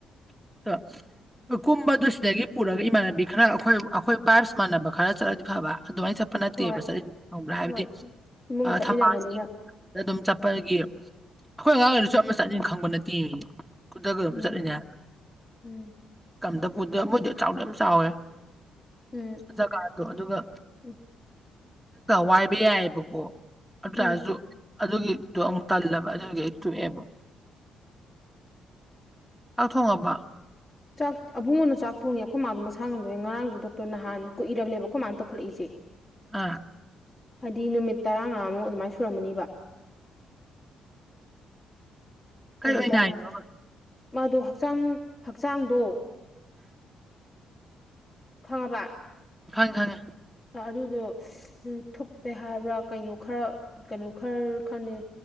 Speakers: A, in the centre; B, on the left (about 30°).
A: <unintelligible> ꯣꯏ ꯀꯨꯝꯕꯗꯨ ꯁꯤꯗꯒꯤ ꯄꯨꯔꯒ ꯏꯃꯥꯟꯅꯕꯤ ꯈꯔ ꯑꯩꯈꯣꯏ ꯑꯩꯈꯣꯏ ꯕꯥꯏꯞꯁ ꯃꯥꯟꯅꯕ ꯈꯔ ꯆꯠꯂꯗꯤ ꯐꯕ ꯑꯗꯨꯃꯥꯏꯅ ꯆꯠꯄ ꯐ ꯅꯠꯇꯦꯕ
B: ꯍꯣꯏ
A: ꯆꯠꯂꯤ ꯊꯪꯕ꯭ꯔꯥ ꯍꯥꯏꯕꯗꯤ
B: ꯍꯣꯏ ꯏꯃꯨꯡꯒ ꯆꯠꯃꯤꯟꯅꯕꯅꯤꯅ
A: ꯊꯝꯕꯥꯜꯁ ꯑꯗꯨꯝ ꯆꯠꯄꯒꯤ ꯑꯩꯈꯣꯏ ꯑꯉꯥꯡ ꯑꯣꯏꯗꯁꯨ ꯑꯃ ꯆꯠꯅꯤꯡꯟ ꯈꯪꯕ ꯅꯠꯇꯦ ꯈꯨꯗ ꯀ ꯑꯗꯨ
B: ꯎꯝ
A: ꯆꯠꯂꯤꯅꯦ
B: ꯎꯝ
A: ꯗꯗꯕꯨꯣꯏꯗꯤ ꯆꯥꯎꯗ ꯌꯥꯝ ꯆꯥꯎꯋꯦ
B: ꯎꯝ
A: ꯖꯒꯥ ꯑꯗꯣ ꯑꯗꯨꯒ
B: ꯎꯝ
A: ꯋꯥꯏꯕ ꯌꯥꯏꯑꯕꯀꯣ ꯑꯗꯨꯇꯔꯁꯨ
B: ꯎꯝ
A: ꯑꯗꯨꯒꯤꯗꯣ ꯑꯃꯨꯛ ꯇꯜꯂꯕ ꯑꯗꯨꯒꯤ ꯍꯦꯛ ꯇꯣꯛꯑꯦꯕ ꯆꯥꯛ ꯊꯣꯡꯉꯕ‌ꯣ
B: ꯆꯥꯛ ꯑꯕꯨꯡꯉ‌ꯣꯅ ꯆꯥꯛ ꯊꯣꯡꯉꯦ ꯑꯩꯈꯣꯏ ꯃꯥꯗꯣ ꯃꯁꯥ ꯉꯝꯗꯕꯩ ꯉꯔꯥꯡꯁꯨ ꯗꯣꯛꯇꯔ ꯅꯍꯥꯟ ꯀꯨꯏꯔꯕꯅꯦꯕ ꯑꯩꯈꯣꯏ ꯃꯥꯅ ꯇꯧꯈꯠꯂꯛꯏꯁꯦ
A: ꯑꯥ
B: ꯍꯥꯏꯗꯤ ꯅꯨꯃꯤꯠ ꯇꯔꯥꯉꯥꯃꯨꯛ ꯑꯗꯨꯃꯥꯏ ꯁꯨꯔꯝꯃꯅꯤꯕ
A: ꯀꯩ
B: ꯑꯗꯨꯗ
A: ꯑꯣꯏꯅ ꯍꯥꯏꯅꯣꯕ
B: ꯃꯥꯗꯣ ꯍꯛꯆꯥꯡ-ꯍꯛꯆꯥꯡꯗꯣ
A: ꯎꯝ <inaudible>
B: ꯈꯪꯉꯕ
A: ꯈꯪꯉꯦ-ꯈꯪꯉꯦ
B: ꯑꯗꯨꯗꯣ ꯎꯝ ꯊꯨꯞꯄꯦ ꯍꯥꯏꯕ꯭ꯔꯥ ꯀꯩꯅꯣ ꯈꯔ ꯀꯩꯅꯣ ꯈꯔ ꯈꯪꯅ‌ꯦ